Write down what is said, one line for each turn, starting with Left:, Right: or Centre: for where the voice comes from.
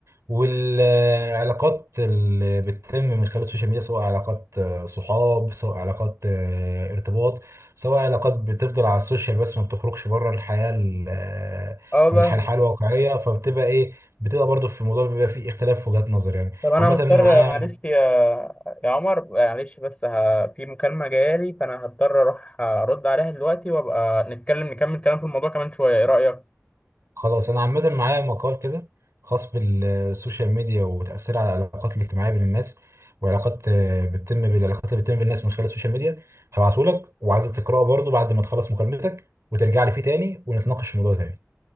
Right: والعلاقات اللي بتتم من خلال السوشيال ميديا سواء علاقات آه، صحاب سواء علاقات آه، ارتباط سواء علاقات بتفضل على السوشيال بس ما بتخرجش بره الحياة ال- آه،
Left: اه
Right: الح-
Left: والله
Right: الحياة الواقعية فبتبقى ايه بتبقى برضو في الموضوع بيبقى فيه اختلاف في وجهات نظر يعني
Left: طب انا
Right: عامة
Left: مضطر
Right: معاه
Left: معلش يا يا عمر معلش بس ه... في مكالمة جايالي فانا هضطر اروح ارد عليها دلوقتي وابقى نتكلم نكمل كلام في الموضوع كمان شوية ايه رأيك
Right: خلاص انا عامه معايا مقال كده خاص بالسوشيال ميديا وتاثيرها على العلاقات الاجتماعيه بين الناس وعلاقات آه، بتتم بالعلاقات اللي بتتم بالناس من خلال السوشيال ميديا هبعته لك وعايزك تقراه برضو بعد ما تخلص مكالمتك وترجع لي فيه تاني ونتناقش في الموضوع تاني